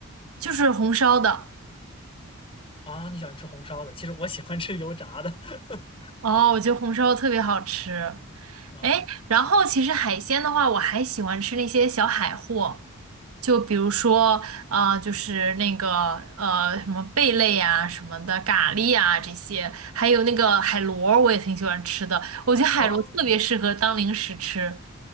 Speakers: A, on the right (about 85°); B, on the left (about 25°).
A: 就是红烧的。
B: 啊，你喜欢吃红烧的，其实我喜欢吃油炸的。<laughs>
A: 哦，我觉得红烧特别好吃。
B: 嗯
A: 哎，然后其实海鲜的话，我还喜欢吃那些小海货，就比如说呃，就是那个呃什么贝类呀、什么的，蛤蜊呀、这些，还有那个海螺儿，我也挺喜欢吃的。我觉得海螺特别适合当零食吃。
B: 啊，